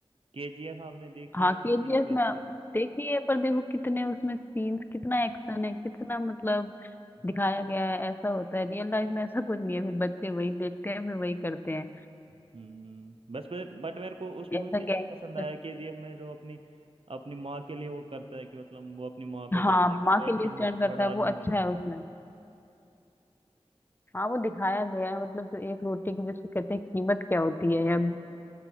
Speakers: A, on the right (about 60°); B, on the left (about 20°).
A: केजीएफ आपने देखी
B: हाँ
A: है केजीएफ
B: के जी एफ
A: भी
B: में
A: अच्छी
B: देखी है पर देखो कितने उसमें सीन्स कितना एक्शन है कितना मतलब
A: है
B: दिखाया गया है ऐसा होता है रियल लाइफ में ऐसा कुछ नहीं है फिर बच्चे वही देखते हैं फिर वही करते हैं
A: हम्म बस बट मेरे को उस
B: जैसा
A: मूवी में ये
B: गैंगस्टर
A: पसंद आया केजीएफ में जो अपनी अपनी माँ के लिए वो करता है कि मतलब वो अपनी माँ को
B: हाँ
A: कहता है
B: माँ
A: कि मैं
B: के
A: एक
B: लिए
A: दिन
B: स्टैंड
A: बहुत
B: करता
A: बड़ा
B: है वो
A: आदमी
B: अच्छा
A: बनूंगा
B: है उसमें हाँ वो दिखाया गया है मतलब जो एक रोटी की जिसको कहते हैं कीमत क्या होती है या